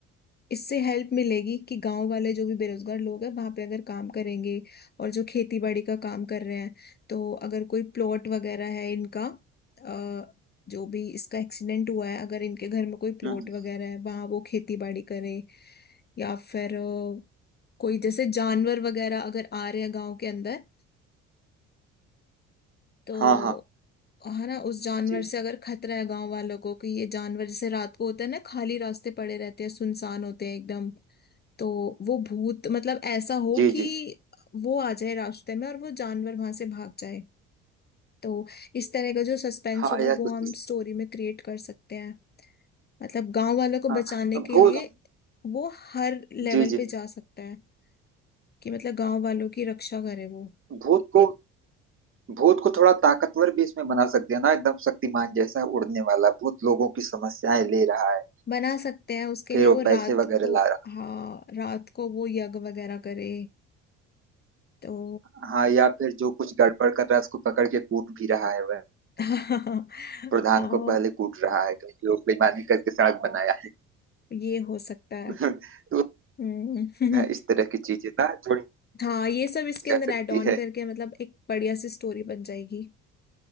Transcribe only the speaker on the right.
हम्म,
हाँ हाँ
जी
जी
जी जी।
हाँ
यह
तो ठीक
हाँ भूत
जी जी
भूत को भूत को थोड़ा ताकतवर भी इसमें बना सकते हैं ना एकदम शक्तिमान जैसा उड़ने वाला भूत लोगों की समस्याएं ले रहा है
फिर
वो
पैसे
वगैरह
ला रहा
है हाँ या फिर जो कुछ गड़बड़ कर रहा है उसको पकड़ के कूट भी रहा है वह
प्रधान
को पहले कूट रहा है क्योंकि वो बेईमानी करके सड़क बनाया
है <laughs> तो
हाँ, इस
तरह की चीजें ना जोड़ी
जा
सकती
है